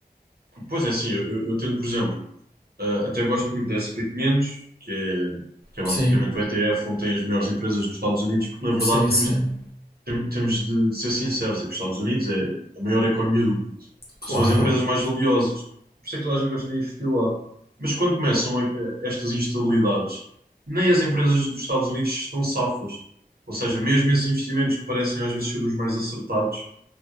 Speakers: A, on the right; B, on the left.
A: Pois é assim, eu, eu eu tento, por exemplo. Uh, até gosto muito da SP500, que é, que é
B: Sim,
A: basicamente o ETF onde tem as melhores empresas dos Estados Unidos, porque na verdade
B: sim,
A: temos,
B: sim.
A: tem- temos de, de ser sinceros, é que os Estados Unidos é a maior economia do mundo
B: Claro,
A: e são as empresas mais valiosas. Por isso é que toda a gente gosta de investir lá. Mas quando começam a- a- estas instabilidades, nem as empresas dos Estados Unidos estão safas. Ou seja, mesmo esses investimentos que parecem às vezes ser os mais acertados,